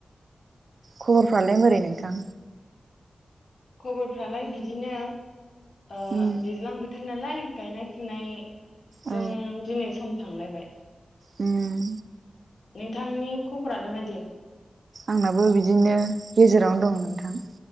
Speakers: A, on the right; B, on the left.
A: खबर फ्रालाय मोरै नोंथां?
B: खबर फ्रालाय बिदिनो ओ
A: उम
B: दैज्लां बोथोर नालाय गायनाय फुनाय
A: औ
B: जों दिनै सम थांलायबाय।
A: उम।
B: नोंथांनि खबरालाय मादि?
A: आंनाबो बिदिनो गेजेरावनो दं नोंथां।